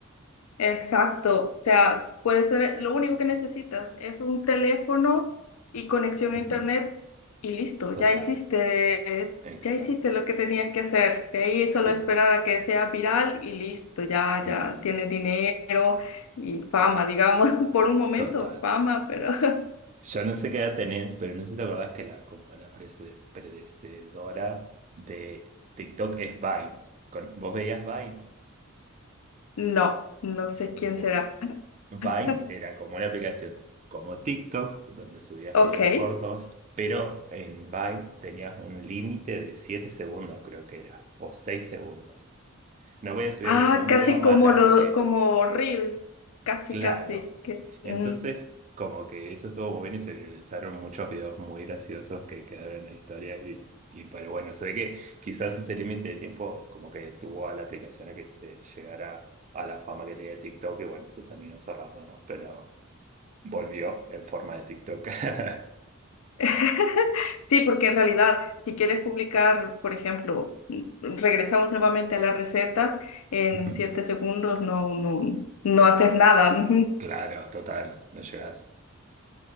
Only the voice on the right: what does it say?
Ujú,
Total,
exacto,
sí,
ujú,
Total.
Yo no sé qué edad tenés, pero no sé si te acordás que la, como la prece- predecedora de TikTok es Vine. Con- ¿Vos veías Vines?
Bueno,
Vines
era como una aplicación como TikTok, donde subías
videos cortos, pero en Vine tenías un límite de 7 segundos, creo que era, o 6 segundos. No podías subir
ningún
video más
largo
que eso.
Claro.
Entonces,
como que eso estuvo muy bien y se viralizaron muchos videos muy graciosos que quedaron en la historia y, y pero bueno, se ve que quizás ese límite de tiempo como que estuvo a la aplicación a que se llegara a la fama que tenía TikTok y bueno, eso terminó cerrando, ¿no? Pero volvió en forma de TikTok. <laughs>
Ujú.
Claro, total, no llegas.